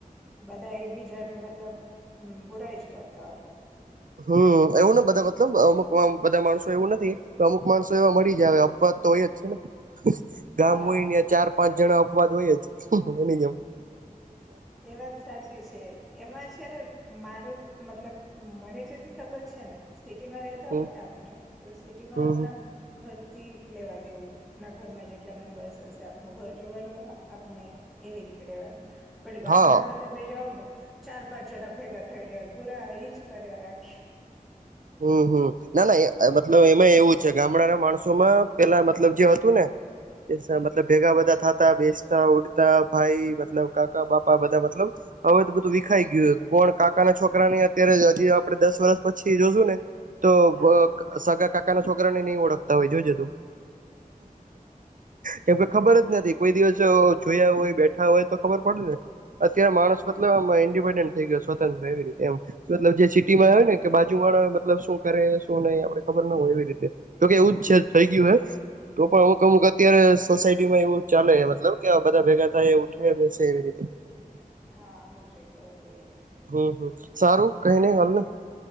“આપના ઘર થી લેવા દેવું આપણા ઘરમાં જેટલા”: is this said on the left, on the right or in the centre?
Centre